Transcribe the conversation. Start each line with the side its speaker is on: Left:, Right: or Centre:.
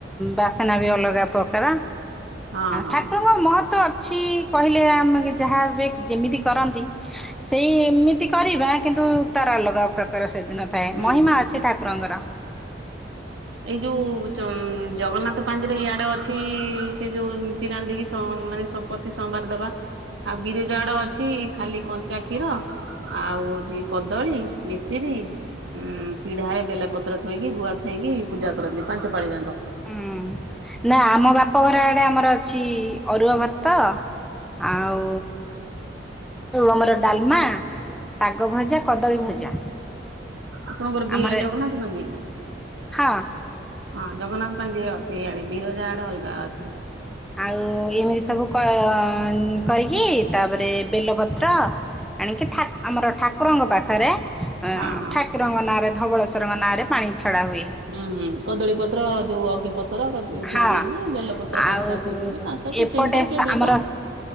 Centre: ବାସ୍ନା ବି ଅଲଗା। ପ୍ରକାର
Right: ହଁ ହଁ
Centre: ଠାକୁରଙ୍କ ମହତ୍ଵ ଅଛି କହିଲେ ଆମ ଯାହା ଏବେ ଯେମିତି କରନ୍ତି ସେଇ ଏମିତି କରିବା କିନ୍ତୁ ତାର ଅଲଗା ପ୍ରକାର ସେଦିନ ଥାଏ,
Right: ହୁଁ
Centre: ମହିମା
Right: ହୁଁ
Centre: ଅଛି
Right: ହୁଁ
Centre: ଠାକୁରଙ୍କର।
Right: ଏଇ ଯୋଉ ଜଗନ୍ନାଥ ପାଞ୍ଜିରେ ଇଆଡ ଅଛି ସେ ଯୋଉ ନିତି ରାନ୍ଦିକି ସମ ମାନେ ପତି ସୋମବାର ଦବା। ଆଉ ବିରେଜା ଆଡେ ଅଛି ଖାଲି କଞ୍ଚା କ୍ଷୀର ଆଉ ହଉଛି କଦଳୀ ମିସିରି ଉଁ ପିଢାରେ ବେଲପତ୍ର ଥୋଇକି ଗୁଆ ଥୋଇକି ପୂଜା କରନ୍ତି ପାଞ୍ଚ ପାଳି ଯାକ।
Centre: ହୁଁ ନା ଆମ ବାପଘର ଆଡେ ଆମର ଅଛି ଅରୁଆ ଭାତ ଆଉ ଆମର ଡାଲମା, ଶାଗ ଭଜା, କଦଳୀ ଭଜା।
Right: ଆପଣଙ୍କର ବି
Centre: ଆମର
Right: ଜଗନ୍ନାଥ ପାଞ୍ଜି?
Centre: ହଁ
Right: ହଁ ଜଗନ୍ନାଥ ପାଞ୍ଜି ଅଛି ଇଆଡେ, ବିରଜା ଆଡେ ଅଲଗା ଅଛି।
Centre: ଆଉ ଏମିତି ସବୁ କ କରିକି ତାପରେ ବେଲପତ୍ର ଆଣିକି ଠାକ୍ ଆମର ଠାକୁରଙ୍କ ପାଖରେ ଅ
Right: ହଁ ହଁ
Centre: ଠାକୁରଙ୍କ ନାଁରେ ଧବଳେସ୍ୱରଙ୍କ ନାଁରେ ପାଣି ଛଡା ହୁଏ।
Right: ହୁଁ-ହୁଁ କଦଳୀ ପତ୍ର ଯୋଉ ଅଗି ପତର ଥୋଇ
Centre: ହଁ
Right: ଦିଅନ୍ତି ବେଲପତ୍ର ପାଞ୍ଚଟା
Centre: ଆଉ
Right: ଥୋଇଦିଅନ୍ତି ପାଞ୍ଚଟା କିଏ
Centre: ଏପଟେ
Right: ତିନିଟା କିଏ
Centre: ସା-
Right: ଦିଇଟା
Centre: ଆମର